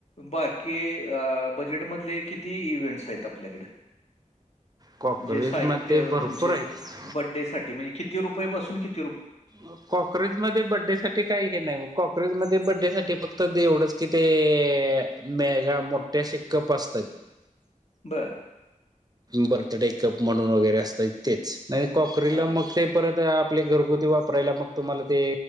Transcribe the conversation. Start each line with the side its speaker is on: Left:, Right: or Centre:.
Left: बाकी अ बजेटमधले किती इव्हेंट्स हाईत आपल्याकड
Right: कॉक्रोच
Left: म्हणजे साहित्य
Right: मध्ये भरपूर
Left: तुमचे
Right: आहेत
Left: बडे साठी म्हणजे किती रुपये पासून कित
Right: अ कॉक रीजमध्ये बड्डेसाठी काय हे नाय ओ कॉकेजमध्ये बड्डेसाठी फक्त ते एवढंच की ते अ मेगा मोठे असे कप असताईत
Left: बर
Right: बर्थडेकप म्हणून वगैरे असताईत ते नाही कॉकरीला
Left: हां.
Right: मग ते परत अ आपले घरगुती वाप वापरायला मग तुम्हाला ते